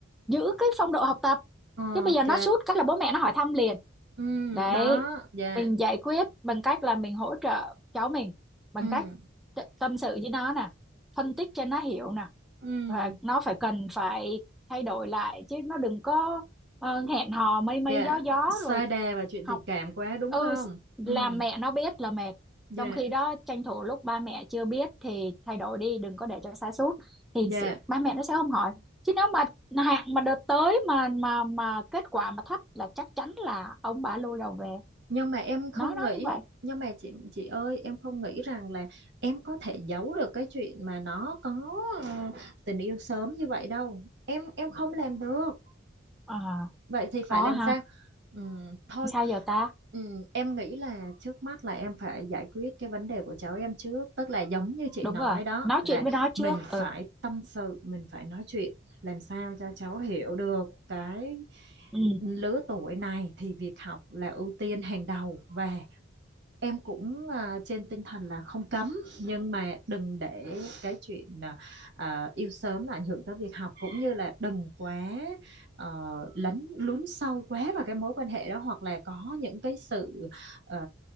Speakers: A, in the centre; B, on the right (about 65°).
A: giữ cái phong độ học tập
B: ok
A: chứ bây giờ nó sút cái là bố mẹ nó hỏi thăm liền
B: ừ
A: đấy
B: đó dạ
A: mình giải quyết bằng cách là mình hỗ trợ cháu mình bằng
B: ừ
A: cách t- tâm sự với nó nè phân tích cho nó hiểu nè
B: ừ
A: và nó phải cần phải thay đổi lại chứ nó đừng có ờ, hẹn hò mây mây
B: dạ
A: gió gió
B: sa
A: rồi
B: đà và chuyện
A: học
B: tình cảm quá đúng
A: ừ
B: không
A: s- làm
B: ừ
A: mẹ nó biết là mệt
B: dạ
A: trong khi đó tranh thủ lúc ba mẹ chưa biết thì thay đổi đi đừng có để cho sa sút thì
B: dạ
A: sẽ- ba mẹ nó sẽ không hỏi chứ nếu mà hạn mà đợt tới mà mà mà kết quả mà thấp là chắc chắn là ông bà lôi đầu về
B: nhưng mà em không
A: nói nó
B: nghĩ
A: như vậy
B: nhưng mà chị chị ơi em không nghĩ rằng là em có thể giấu được cái chuyện mà nó có ờ, tình yêu sớm như vậy đâu em em không làm được
A: Ờ,
B: vậy thì
A: khó
B: phải làm
A: ha
B: sao Ừm, thôi
A: sao giờ ta
B: ừm, em nghĩ là trước mắt là em phải giải quyết cái vấn đề của cháu em trước tức là giống như chị
A: đúng
B: nói
A: rồi
B: đó
A: nói
B: là
A: chuyện với nó trước
B: mình phải
A: ừ
B: tâm sự mình phải nói chuyện làm sao cho cháu hiểu được cái
A: ừ
B: lứa tuổi này thì việc học là ưu tiên hàng đầu và em cũng à, trên tinh thần là không cấm nhưng mà đừng để cái chuyện à, à, yêu sớm là ảnh hưởng tới việc học cũng như là đừng quá ờ, lấn lún sâu quá vào cái mối quan hệ đó hoặc là có những cái sự ờ,